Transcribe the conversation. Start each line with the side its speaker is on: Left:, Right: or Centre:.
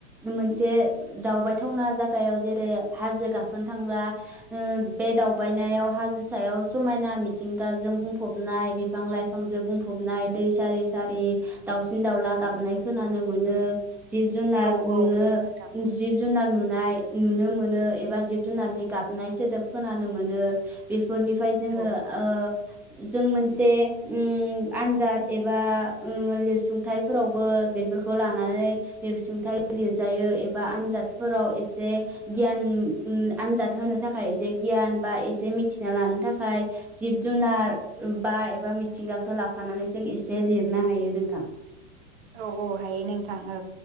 Centre: मोनसे दावबायथावना जागायाव जेरै हाजो गाखोनो थांब्ला ओ बे दावबायनायाव हाजो सायाव समायना मिथिं दाजों बुंफबनाय बिफां लायफांजों बुंफबनाय दै सारि सारि दाउसिन दाउला गाबनाय खोनानो मोनो। जिब जुनार
Right: औ
Centre: नुनो
Right: औ औ नोंथां
Centre: जिब जुनार नुनाय नुनो मोनो एबा जिब जुनारनि गाबनाय सोदोब खोनानो मोनो। बेफोरनिफ्राय
Right: औ
Centre: जोंङो ओ जों मोनसे उम आनजाद एबा उ लिरसुंथायफोरावबो बेफोरखौ लानानै लिरसुंथाय लिरजायो एबा आनजादफोराव एसे गियान उ आनजाद होनो थाखाय एसे गियान बा एसे मिथिना लानो थाखाय जिब जुनार बा एबा मिथिंगाखौ लाफानानै जों एसे लिरनो हायो नोंथां।
Right: औ औ हायो नोंथां ओ